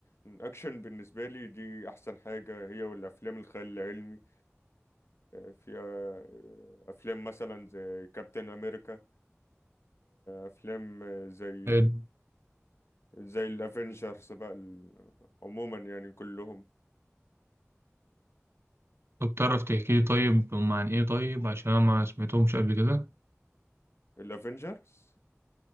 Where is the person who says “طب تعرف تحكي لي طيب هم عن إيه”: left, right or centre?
Right